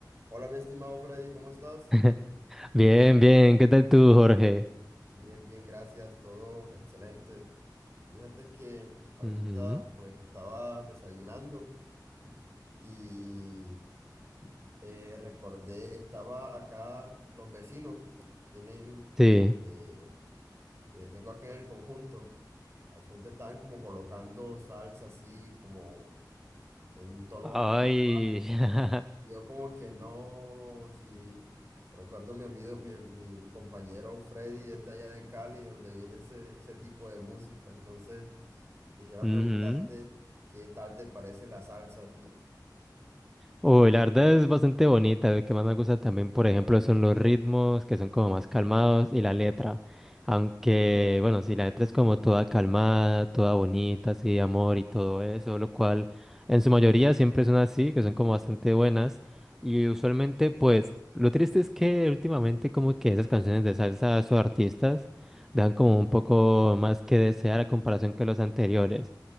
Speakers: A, on the right; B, in the centre.
A: Hola, mi estimado Freddy, ¿cómo estás?
B: <laughs> Bien, bien, ¿qué tal tú, Jorge?
A: Bien, bien, gracias, todo excelente. Fíjate que ahorita
B: Ujú,
A: pues estaba desayunando y eh, recordé, estaba acá, los vecinos tienen,
B: Sí.
A: eh, que tengo acá en el conjunto, al frente estaban como colocando salsa así, como en un tono
B: Ay,
A: bastante
B: <laughs>
A: Yo como que no, si recuerdo mi amigo, mi, mi, mi compañero Freddy es de allá de Cali, donde viene ese, ese tipo de música. Entonces, quisiera
B: ujú.
A: preguntarte qué tal te parece la salsa a ti.
B: Uy, la verdad es bastante bonita. Lo que más me gusta también, por ejemplo, son los ritmos, que son como más calmados, y la letra. Aunque, bueno, sí, la letra es como toda calmada, toda bonita, así de amor y todo eso, lo cual en su mayoría siempre son así, que son como bastante buenas. Y usualmente, pues, lo triste es que últimamente como que esas canciones de salsa, sus artistas, dan como un poco más que desear a comparación que los anteriores.